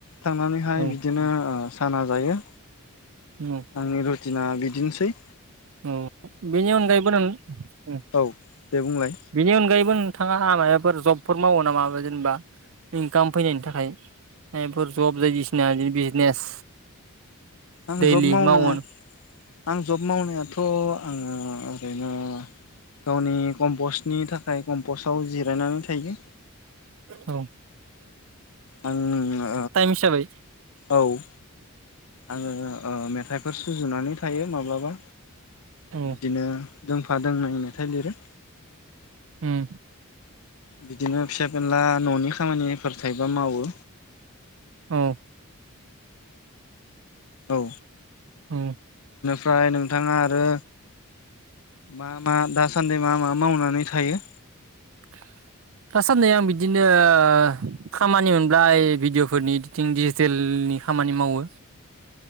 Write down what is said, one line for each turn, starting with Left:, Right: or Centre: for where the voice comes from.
Left: थांनानैहाय
Right: औ
Left: बिदिनो साना जायो
Right: उम
Left: आंनि रुटिना बि दिनोसै
Right: औ बेनि अनगायैबो नों
Left: औ दे बुंलाय
Right: बेनि अनगायैबो नों थाङाहा मायबाफोर जबफोर मावो नामा जेनबा इनकाम फैनायनि थाखाय मायबाफोर जब बायदिसिना बिदि बिजनेस
Left: आं
Right: दैलि
Left: जब मावनो
Right: मावोन
Left: आं जब मावनायाथ' थ' आङो ओरैनो गावनि कम्पस्टनि थाखाय कम्पस्टआव जिरायनानै थायो
Right: औ
Left: आंङो
Right: हिसाबै
Left: ओ औ आङो ओ मेथाइफोर सुजुनानै थायो माब्लाबा
Right: औ
Left: बिदिनो दोंफा दोंनै मेथाय लिरो
Right: उम
Left: बिदिनो फिसा फेनला न'नि खामानिफोर थायोबा मावो
Right: औ
Left: औ
Right: औ
Left: ओमफ्राय नोंथाङा आरो मा मा दासान्दि मा मा मावनानै थायो?
Right: <inaudible> दासान्दै आं बिदिनो ओ खामानि मोनब्ला भिडिअ'फोरनि इदिटिं दिडिजिटेल नि खामानि मावो।